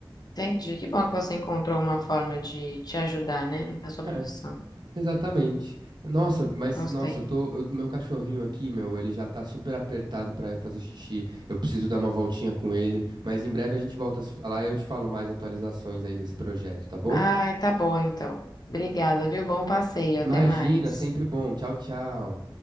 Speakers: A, on the left; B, on the right.
A: Entendi. Que bom que você encontrou uma forma de te ajudar, né, na sua
B: É,
A: profissão.
B: exatamente. Nossa, mas
A: Gostei.
B: nossa, eu tô, eu- meu cachorrinho aqui, meu, ele já tá super apertado pra ir fazer xixi. Eu preciso dar uma voltinha com ele, mas em breve a gente volta a se falar e eu te falo mais atualizações aí desse projeto, tá bom?
A: Ai, tá bom então. Obrigada, viu? Bom passeio.
B: Imagina,
A: Até mais.
B: sempre bom. Tchau, tchau.